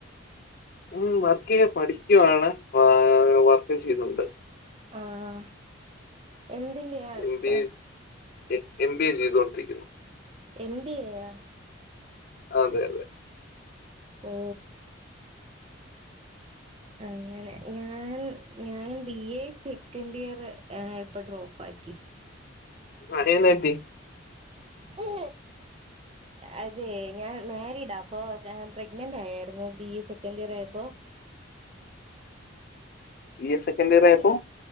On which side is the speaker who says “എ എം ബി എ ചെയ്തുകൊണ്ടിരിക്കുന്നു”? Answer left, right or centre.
Left